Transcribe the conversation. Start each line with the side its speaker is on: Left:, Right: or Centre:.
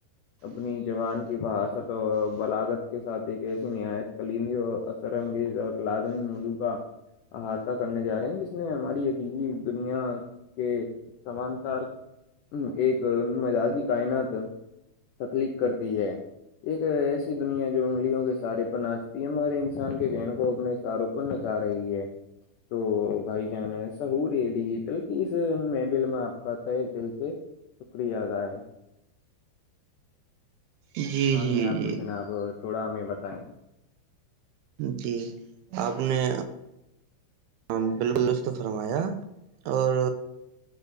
Left: اپنی جوان کی فہاستت اور بلاگت کے ساتھ ایک ایسی نہایت ک اثر انگیز اور لالو ملو کا احاطہ کرنے جا رہے ہیں جس نے ہماری عقییدی دنیا کے سمانتر ایک مزاجی کائنات تخلیق کرتی ہے ایک ایسی دنیا جو انگلیوں کے سہارے پر ناچ پیم ہر انسان کے جہن کو اپنے اشاروں پر نچا رہی ہے تو بھائی جان ایساہور ہے ڈیجیٹل کی اس مبل میں آپ کوتا ہے دل سے شکریہذائع
Right: جی
Left: ہئ
Right: جی
Left: گے آپ کو جناب
Right: جی
Left: تھوڑا ہمیں بتائیں
Right: جی آپ نے ہاں بالکلستط فرمایا اور